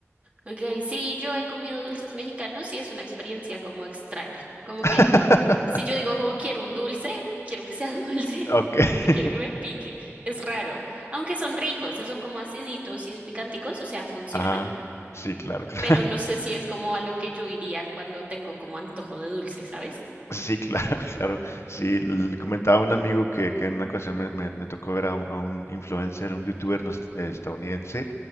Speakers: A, on the right; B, on the left.
A: Okay, sí, yo he comido dulces mexicanos y es una experiencia como extraña. Como que
B: <laughs>
A: si yo digo como quiero un dulce, quiero que sea <laughs> dulce,
B: Ok. <laughs>
A: no quiero que me pique. Es raro. Aunque son ricos, son como aciditos y picanticos, o sea, funciona.
B: Ajá. Sí, claro, claro.
A: Pero no sé si es como a lo que yo iría cuando tengo como antojo de dulce, ¿sabes?
B: Sí, claro, <laughs> claro. Sí, l- comentaba a un amigo que, que en una ocasión me, me- me tocó ver a un, a un influencer, un youtuber nos- eh, estadounidense,